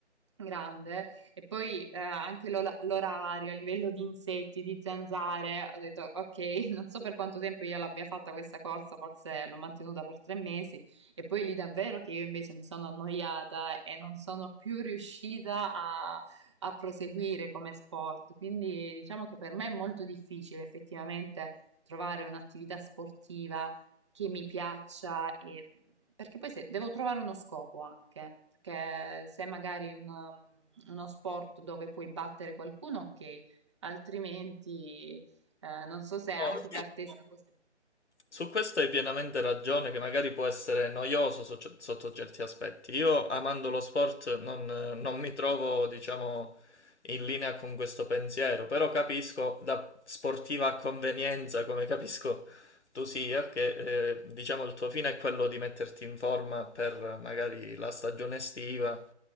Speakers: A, on the right; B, on the left.
A: grande e poi eh, anche l'ola- l'orario, a livello di insetti, di zanzare, ho detto ok, <laughs> non so per quanto tempo io l'abbia fatta questa corsa, forse l'ho mantenuta per tre mesi e poi lì davvero che io invece mi sono annoiata e non sono più riuscita a, a proseguire come sport. Quindi diciamo che per me è molto difficile effettivamente trovare un'attività sportiva che mi piaccia e perché poi se, devo trovare uno scopo anche, perché se magari un- uno sport dove puoi battere qualcuno, ok, altrimenti eh, non so se anche
B: No.
A: per te sia così.
B: Su questo hai pienamente ragione, che magari può essere noioso so- sotto certi aspetti. Io, amando lo sport, non, non mi trovo, diciamo, in linea con questo pensiero, però capisco da sportiva a convenienza, come capisco tu sia, che eh, diciamo il tuo fine è quello di metterti in forma per eh, magari la stagione estiva